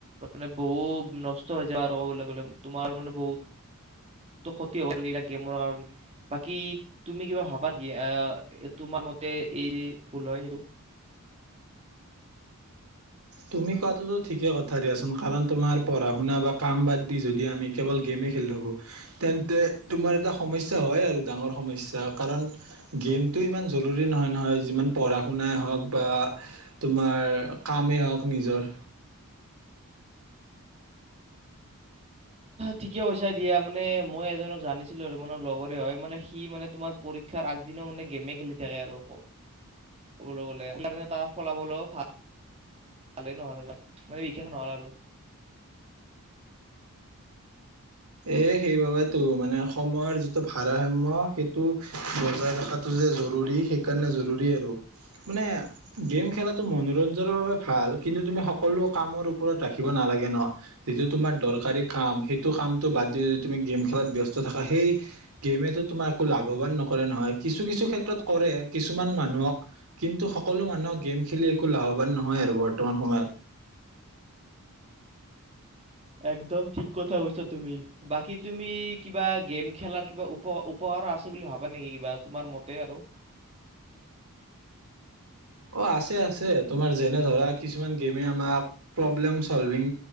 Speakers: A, on the right; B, on the right.
A: মে বহু নষ্ট হৈ যাব আৰু ক'বলৈ গলে তোমাৰ মানে বহুত ক্ষতি হব আৰু এই গেমৰ কাৰনে বাকী তুমি কিবা ভাবা নেকি তোমাৰ মতে। এই যে ভুল হয় সেইটো।
B: তুমি কোৱাটোতো ঠিকেই কথা দিয়াচোন কাৰণ তোমাৰ পঢ়া শুনা বা কাম বাদ দি যদি আমি কেৱল গেমেই খেলি থাকো, তেন্তে তোমাৰ এটা সমস্যা হয় আৰু ডাঙৰ সমস্যা কাৰণ গেমটো ইমান জৰুৰী নহয় নহয় যিমান পঢ়া শুনাই হওঁক বা তোমাৰ কামেই হওঁক। নিজৰ।
A: ঠিকে কৈছা দিয়া মানে মই এজনক জানিছিলো আৰু মনৰ লগৰে হয় মানে সি মানে তোমাৰ পৰীক্ষাৰ আগদিন মানে গেমে খেলি থাকে আৰু কবলে গ'লে সেইকাৰণে তাৰ ফলাফলো ভালে নহ'ল সেকানে মানে বিশেষ নহ'ল আৰু।
B: এ সেইবাবেতো মানে সময়ৰ যিটো ভাৰসাম্য সেইটো বজাই ৰখাটো যে জৰুৰী সেইকাৰণে জৰুৰী আৰু মানে গেম খেলাটো মনোৰঞ্জনৰ বাবে ভাল কিন্তু তুমি সকলো কামৰ ওপৰত ৰাখিব নালাগে ন, যিটো তোমাৰ দৰকাৰী কাম সেইটো কাম বাদ দি যদি তুমি গেম খেলাত ব্যস্ত থাকা সেই গেমো তোমাৰ একো লাভৱান নকৰে নহয়, কিছু কিছু ক্ষেত্ৰত কৰে কিছুমান মানুহক কিন্তু সকলো মানুহক গেম খেলি একো লাভৱান নহয় আৰু বৰ্তমান সময়ত।
A: একদম ঠিক। কথা কৈছা তুমি। বাকী তুমি কিবা গেম খেলাৰ কিবা উপ উপহাৰ আছে বুলি ভাবা নেকি কিবা তোমাৰ মতে আৰু
B: অ আছে আ তোমাৰ যেনে ধৰা কিছুমান গেমে আমাক প্ৰব্লেম চলভিং